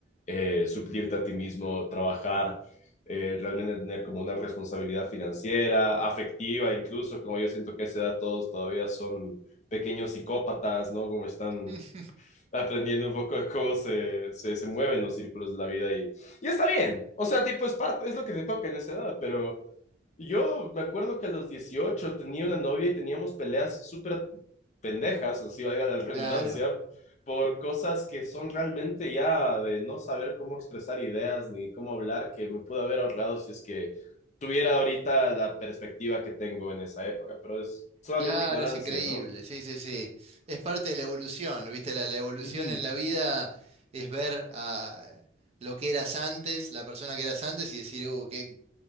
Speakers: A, on the left; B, on the right.
A: eh, suplirte a ti mismo, trabajar. eh, realmente tener como una responsabilidad financiera, afectiva, incluso como yo siento que a esa edad todos todavía son pequeños psicópatas, ¿no? Como están
B: <laughs> Mm,
A: aprendiendo un poco de cómo se, se, se mueven los círculos de la vida y, y está bien. O sea, tipo, es parte, es lo que te toca en esa edad, pero yo me acuerdo que a los 18 tenía una novia y teníamos peleas súper pendejas, o si valga la redundancia,
B: Claro,
A: por cosas que son realmente ya de no saber cómo expresar ideas ni cómo hablar, que me pude haber ahorrado si es que tuviera ahorita la perspectiva que tengo en esa época, pero es solamente
B: claro,
A: ignorancia,
B: es increíble,
A: ¿no?
B: sí, sí, sí. Es parte de la evolución, ¿viste? La, la evolución
A: Ujú,
B: en la vida es ver a lo que eras antes, la persona que eras antes y decir, uh, qué-